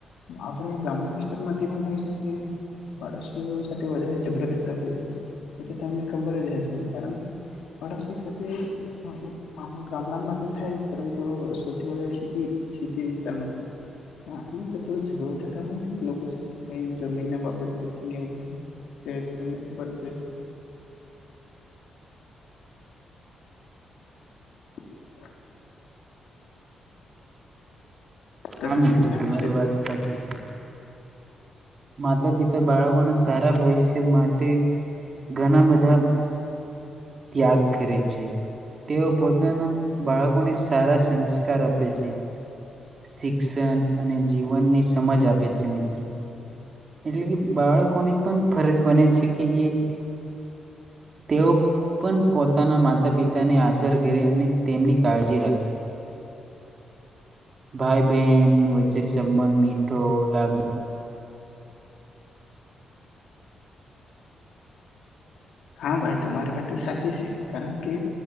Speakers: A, on the left (about 80°); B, on the right (about 50°).
A: આપણે ગામડા વિસ્તારમાં તો એવું હોય છે કે. પાડોશીઓ સાથે વધારે ઝઘડા થતા હોય છે. એ તો તમને ખબર જ હશે. કારણ કે પાડોશ સાથે આ ગામડામાં. થાય પરંતુ સૌથી વધારે સિટી સિટી વિસ્તારમાં થાય. આટલું બધું ઝઘડો થતા હોય છે. લોકો સાથે કેય જમીન ના બાબત એવું થાય, તો તમને ખબર જ હોય. <inaudible> તો
B: હા
A: તમે
B: મિત્ર,
A: એના
B: તમારી
A: વિશે
B: વાત સાચી છે. માતા પિતા બાળકોના. સારા ભવિષ્ય માટે ઘણા બધા ત્યાગ કરે છે. તેઓ પોતાના. બાળકોને સારા. <unintelligible> આપે છે. શિક્ષણ અને જીવનની સમજ આપે છે, મિત્રો. એટલે કે બાળકોને પણ ફરજ બને છે કે એ તેઓ પણ પોતાના માતા પિતાને આદર કરે. અને તેમની કાળજી રાખે. ભાઈ બહેન વચ્ચે સંબંધ મીઠો લાગણી.
A: હા ભાઈ, તમારી વાત સાચી છે. કારણ કે